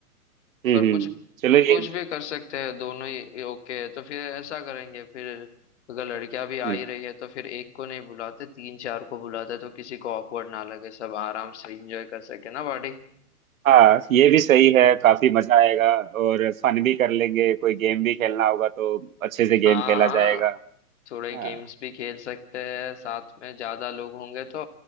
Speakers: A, on the right; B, on the left.
A: हम्म
B: पर
A: हम्म
B: कुछ
A: चलो
B: कुछ
A: ये
B: भी कर सकते हैं दोनों ही ओके है तो फिर ऐसा करेंगे फिर अगर लड़कियां भी
A: हम्म
B: आ ही रही है तो फिर एक को नहीं बुलाते तीन चार को बुलाते तो किसी को ऑकवर्ड ना लगे सब आराम से एंजॉय कर सके ना बॉडी
A: हाँ ये भी सही
B: <laughs>
A: है काफी मजा आएगा और फन भी कर लेंगे कोई गेम भी खेलना होगा तो अच्छे से गेम
B: हाँ
A: खेला
B: हाँ
A: जाएगा
B: थोड़े
A: हाँ
B: गेम्स भी खेल सकते हैं साथ में ज्यादा लोग होंगे तो